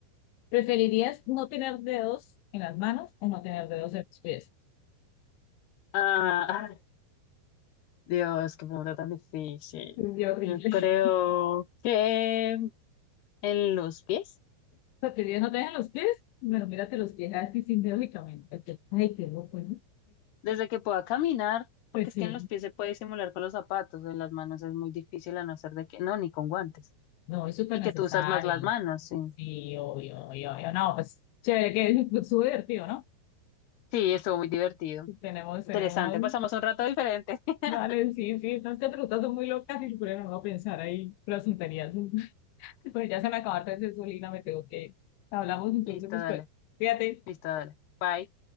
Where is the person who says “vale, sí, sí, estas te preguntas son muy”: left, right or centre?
Left